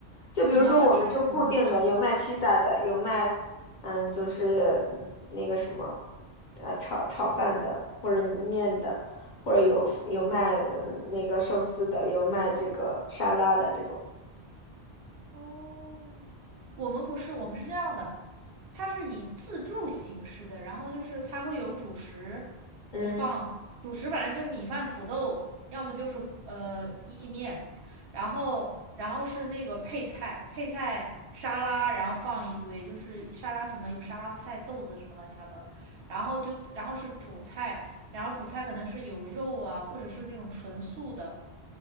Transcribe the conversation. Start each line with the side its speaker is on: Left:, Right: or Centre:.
Left: 就比如说，
Right: 你们会每天重复吗？
Left: 我们就固定的有卖披萨的，有卖嗯，就是嗯那个什么呃炒炒饭的，或者面的，或者有有卖嗯那个寿司的，有卖这个沙拉的这种。
Right: 哦，我们不是，我们是这样的，它是以自助形式的，然后就是它会有主食，
Left: 嗯，
Right: 就放主食，反正就米饭、土豆，要么就是呃意面，然后然后是那个配菜，配菜沙拉，然后放一堆，就是沙拉什么有沙拉菜、豆子什么乱七八糟的，然后就然后是主菜，然后主菜可能是有肉啊，或者是那种纯素的，